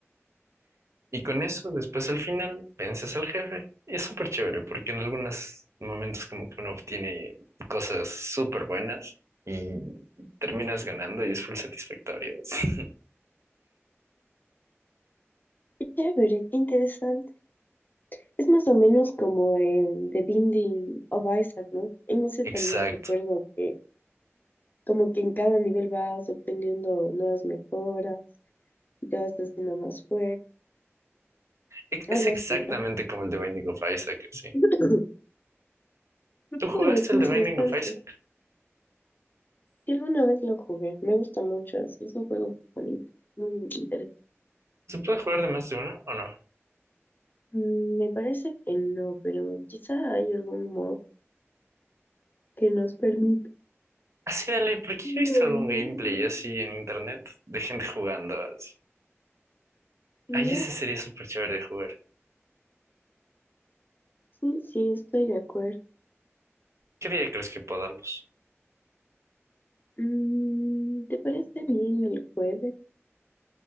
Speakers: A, on the right (about 75°); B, on the left (about 40°).
A: Y con eso, después al final, vences al jefe. Y es súper chévere porque en algunos momentos como que uno obtiene cosas súper buenas y terminas ganando y es full satisfactorio. <laughs> sí.
B: qué chévere, qué interesante. Es más o menos como el The Binding of Isaac, ¿no? En ese
A: Exacto.
B: también recuerdo que como que en cada nivel vas obteniendo nuevas mejoras y te vas haciendo más fuerte,
A: Ex-
B: algo
A: Es exactamente
B: así, ¿no?
A: como el de Binding of Isaac, sí.
B: <clears throat> Qué
A: ¿Tú
B: chévere,
A: jugaste
B: qué
A: el
B: interesante.
A: de Binding of Isaac?
B: Sí, alguna vez lo jugué, me gusta mucho, así es un juego muy bonito, muy interesante.
A: ¿Se puede jugar de más de uno o no?
B: Mm, Me parece que no, pero quizá hay algún mod que nos permita.
A: Así dale, porque
B: Mm,
A: yo he visto algún gameplay así en internet de gente jugando así.
B: Ya,
A: Ahí ese sería súper chévere de jugar.
B: sí, sí, estoy de acuerdo.
A: ¿Qué día crees que podamos?
B: Mm, ¿te parece bien el jueves?